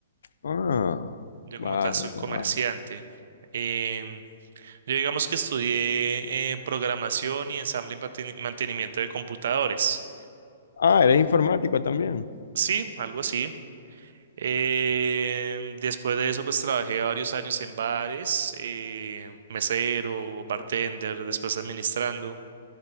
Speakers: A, on the left (about 80°); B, on the right (about 60°).
A: Ah,
B: Yo
A: vale,
B: como tal soy un
A: vale.
B: comerciante. Em, yo digamos que estudié eh, programación y ensamble y manten- mantenimiento de computadores.
A: Ah, eres informático también.
B: Sí, algo así. Em, después de eso, pues trabajé varios años en bares, eh, mesero, bartender, después administrando.